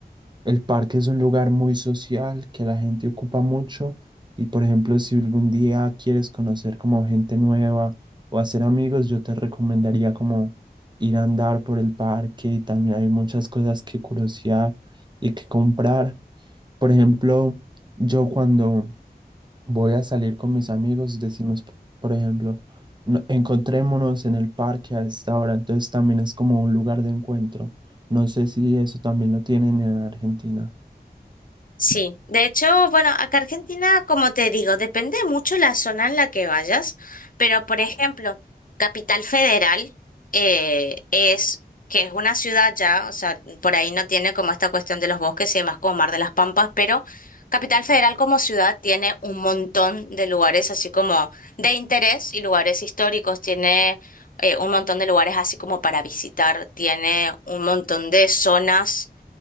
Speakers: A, on the right; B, on the left.
A: el parque es un lugar muy social que la gente ocupa mucho y, por ejemplo, si algún día quieres conocer como gente nueva o hacer amigos, yo te recomendaría como ir a andar por el parque y también hay muchas cosas que curiosear y que comprar. Por ejemplo, yo cuando voy a salir con mis amigos, decimos, p- por ejemplo, "No- encontrémonos en el parque a esta hora, entonces también es como un lugar de encuentro. No sé si eso también lo tienen en Argentina.
B: Sí, de hecho, bueno, acá Argentina, como te digo, depende mucho la zona en la que vayas, pero por ejemplo, Capital Federal eh, es que es una ciudad ya, o sea, por ahí no tiene como esta cuestión de los bosques y demás como Mar de las Pampas, pero Capital Federal como ciudad tiene un montón de lugares así como de interés y lugares históricos, tiene eh, un montón de lugares así como para visitar, tiene un montón de zonas